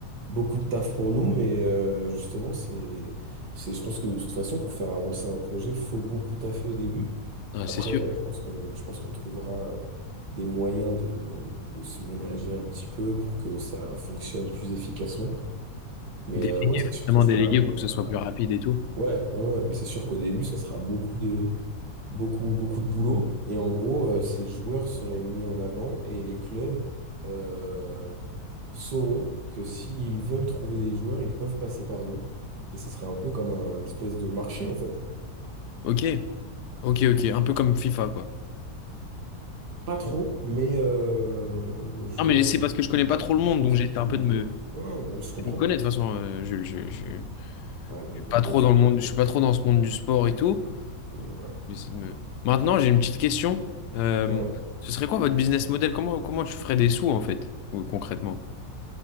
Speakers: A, on the right (about 85°); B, on the left (about 80°).
A: Beaucoup de taf pour nous, mais euh, justement, c'est, c'est, je pense que de toute façon, pour faire avancer un projet, faut beaucoup taffer au début.
B: Ouais,
A: Après,
B: c'est sûr,
A: euh, je pense qu'on, je pense qu'on trouvera euh, des moyens de, de se ménager un petit peu pour que ça fonctionne plus efficacement. Mais
B: Dé-
A: euh, ouais, c'est sûr
B: vraiment
A: que ça sera,
B: délégué pour que ce soit
A: euh,
B: plus rapide et tout.
A: Ouais, ouais, ouais, ouais, mais c'est sûr qu'au début, ça sera beaucoup de, beaucoup, beaucoup de boulot. Et en gros, euh, ces joueurs seraient mis en avant et les clubs euh, sauront que s'ils veulent trouver des joueurs, ils peuvent passer par nous. Et ce sera un peu comme un, espèce de marché, en fait.
B: Ok, ok, ok, un peu comme FIFA quoi.
A: Pas trop, mais euh, je
B: Non
A: vois
B: mais
A: ce
B: c'est
A: que
B: parce
A: tu,
B: que je connais pas trop le monde
A: je vois
B: donc
A: ce
B: j'essaie
A: que tu
B: un peu
A: veux
B: de
A: dire.
B: me, de
A: Non, ouais, je comprends.
B: me connaître de toute façon. euh, je, je, je, je
A: Ouais,
B: suis pas
A: bien
B: trop
A: sûr.
B: dans le monde,
A: que je-
B: je suis pas
A: comprends.
B: trop dans ce monde du sport et tout.
A: Ouais.
B: Donc, j'essaie de me. Maintenant j'ai une petite question. Euh,
A: Ouais.
B: ce serait quoi votre business model? Comment comment tu ferais des sous en fait con- concrètement?